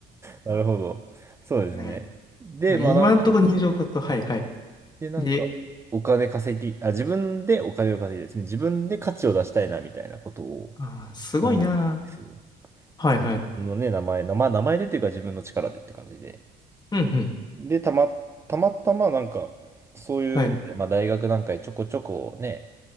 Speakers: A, on the right; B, on the left.
A: なるほど。そうですね。
B: ね
A: で、
B: まあ今んところ人情か活動、
A: まあなんか、
B: はいはい。
A: はいで、なんか、
B: で、
A: お金稼ぎ、あ、自分でお金を稼ぎたい。つまり自分で価値を出したいな、みたいなことを
B: あー、すごいな
A: 思うわけですよ。
B: ー。
A: その自分のね、
B: はいはい。
A: 名前、名前、名前でというか自分の力でって感じで。
B: うんうん。
A: で、たま、たまたまなんか、そういうので、
B: はい。
A: まあ大学なんかでちょこちょこね、